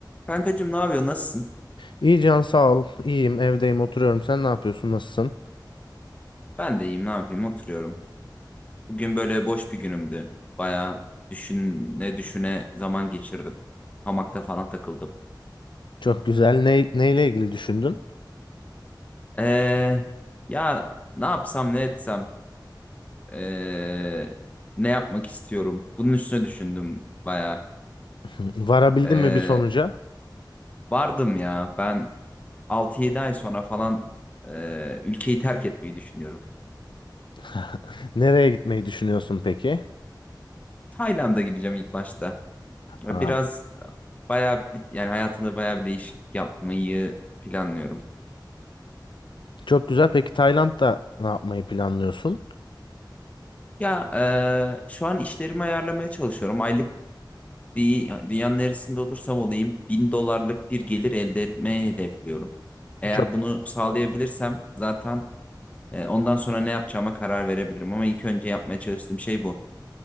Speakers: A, on the left; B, on the left.
A: Kankacığım ne yapıyor? Nasılsın?
B: İyi Can sağ ol. İyiyim evdeyim oturuyorum. Sen ne yapıyorsun? Nasılsın?
A: Ben de iyiyim. Ne yapayım? Oturuyorum. Bugün böyle boş bir günümdü. Bayağı düşüne düşüne zaman geçirdim. Hamakta falan takıldım.
B: Çok güzel. Ne, neyle ilgili düşündün?
A: Ee, ya ne yapsam ne etsem ee, ne yapmak istiyorum? Bunun üstüne düşündüm bayağı.
B: <laughs> Varabildin
A: Ee,
B: mi bir sonuca?
A: vardım ya ben altı yedi ay sonra falan ee, ülkeyi terk etmeyi düşünüyorum.
B: <laughs> Nereye gitmeyi düşünüyorsun peki?
A: Tayland'a gideceğim ilk başta. Ya
B: Aa,
A: Biraz bayağı bir- yani hayatımda bayağı bir değişiklik yapmayı planlıyorum.
B: çok güzel. Peki Tayland'da ne yapmayı planlıyorsun?
A: Ya e, şu an işlerimi ayarlamaya çalışıyorum. Aylık dü- dünyanın neresinde olursam olayım bin dolarlık bir gelir elde etmeyi hedefliyorum. Eğer
B: Çok
A: bunu sağlayabilirsem zaten e, ondan sonra ne yapacağıma karar verebilirim. Ama ilk önce yapmaya çalıştığım şey bu.